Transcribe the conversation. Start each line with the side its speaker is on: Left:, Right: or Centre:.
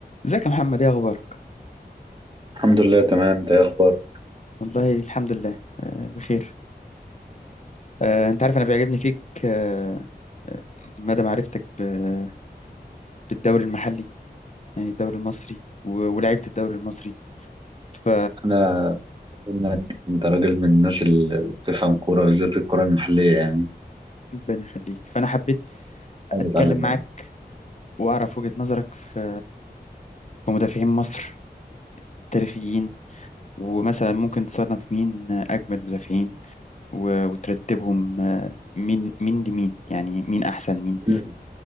Left: ازيك يا محمد ايه اخبارك
Right: الحمد لله تمام انت ايه اخبارك
Left: والله الحمد لله آه، بخير آه، انت عارف انا بيعجبني فيك آه، آه، مدى معرفتك ب- بالدوري المحلي يعني الدوري المصري و- ولعيبة الدوري المصري ف
Right: انا انك انت راجل من الناس اللي بتفهم كوره بالذات الكوره المحليه يعني
Left: ربنا يخليك فانا حبيت
Right: حاول
Left: اتكلم
Right: اتعلم
Left: معاك
Right: منها
Left: واعرف وجهة نظرك في في مدافعين مصر تاريخيين ومثلا ممكن تصنف مين اجمد مدافعين و- وترتبهم آه، مين مين لمين يعني مين احسن مين
Right: مم.